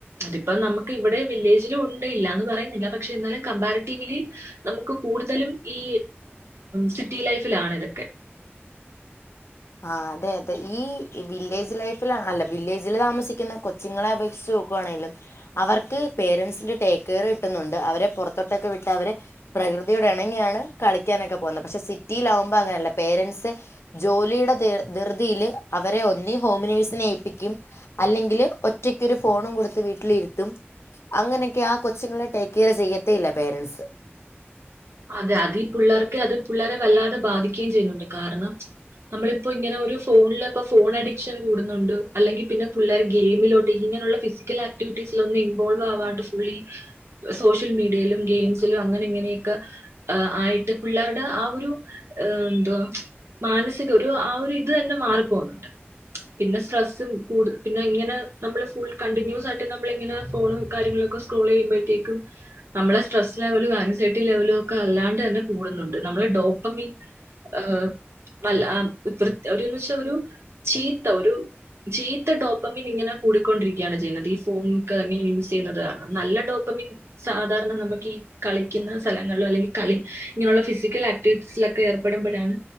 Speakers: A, on the right; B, on the left.
A: അതിപ്പോ നമുക്ക് ഇവിടെ വില്ലേജിലും ഉണ്ട്, ഇല്ല എന്ന് പറയുന്നില്ല പക്ഷേ എന്നാലും കമ്പാര <unintelligible> റ്റിവിലി നമുക്ക് കൂടുതലും ഈ സിറ്റി ലൈഫിലാണ് ഇതൊക്കെ
B: ആ അതെ അതെ ഈ വില്ലേജ് ലൈഫിൽ അല്ല വില്ലേജിൽ താമസിക്കുന്ന കൊച്ചുങ്ങളെ അപേക്ഷിച്ച് നോക്കുകയാണെങ്കി അവർക്ക് പേരൻറ്സിന്റെ ടേക്ക് കെയർ കിട്ടുന്നുണ്ട് അവരെ പുറത്തോട്ടൊക്കെ വിട്ട് അവരെ പ്രകൃതിയോട് ഇണങ്ങിയാണ് കളിക്കാനൊക്കെ പോകുന്നത് പക്ഷെ സിറ്റിലാകുമ്പോ അങ്ങനെയല്ല പേരൻറ്സ് ജോലി <unintelligible> ധൃതിയില് അവരെ ഒന്നി ഹോംനഴ്സിനെ ഏപ്പിക്കും അല്ലെങ്കിൽ ഒറ്റക്കൊരു ഫോണും കൊടുത്ത് വീട്ടിലിരുത്തും അങ്ങനെയൊക്കെ ആ കൊച്ചുങ്ങളെ ടേക്ക് കെയർ ചെയ്യത്തേ ഇല്ല പേരൻറ്സ്
A: അത് അതിപുള്ളർക്ക് അത് പുള്ളരെ വല്ലാതെ ബാധിക്കുകയും ചെയ്യുന്നുണ്ട് കാരണം നമ്മളിപ്പോ ഇങ്ങനെ ഒരു ഫോണിൽ ഇപ്പൊ ഫോൺ അഡിക്ഷൻ കൂടുന്നുണ്ട് അല്ലെങ്കിൽ പിന്നെ പുള്ളർ ഗെയിമിലോട്ട് ഇങ്ങനെയുള്ള ഫിസിക്കൽ ആക്ടിവിറ്റീസിൽ ഒന്നും ഇൻവോൾവ് ആവാണ്ട് ഫുള്ളി സോഷ്യൽ മീഡിയയിലും ഗെയിംസിലും അങ്ങനെ ഇങ്ങനെ <unintelligible> ആയിട്ട് പിള്ളേരുടെ ആ ഒരു എന്തുവാ മാനസിക ഒരു ആ ഒരു ഇത് തന്നെ മാറി പോകുന്നുണ്ട് പിന്നെ സ്ട്രെസ്സ് പിന്നെ ഇങ്ങനെ നമ്മൾ ഫുൾ കണ്ടിന്യൂസ് ആയിട്ട് നമ്മൾ ഇങ്ങനെ ഫോണും കാര്യങ്ങളും ഒക്കെ സ്ക്രോൾ ചെയ്യുമ്പോഴത്തേക്കും നമ്മുടെ സ്ട്രെസ്സ് ലെവൽ <unintelligible> <unintelligible> <unintelligible> <unintelligible> കൂടുന്നുണ്ട് നമ്മടെ ഡോപമിന്‍ <unintelligible> അല്ല <unintelligible> <unintelligible> ഒരു ചീത്ത ഒരു ചീത്ത ഡോപ്പമിൻ ഇങ്ങനെ കൂടിക്കൊണ്ടിരിക്കുകയാണ് ചെയ്യുന്നത് ഈ ഫോൺ ഒക്കെ എങ്ങനെ യൂസ് ചെയ്യുന്നത് കാരണം നല്ല ഡോപ്പമിൻ സാധാരണ നമുക്ക് ഈ ക <unintelligible> <unintelligible> സ്ഥലങ്ങളിലോ അല്ലെങ്കിൽ കളി ഇങ്ങനെയുള്ള ഫിസിക്കൽ ആക്ടിവിറ്റീസിലൊക്കെ ഏർപ്പെടുമ്പോഴാണ്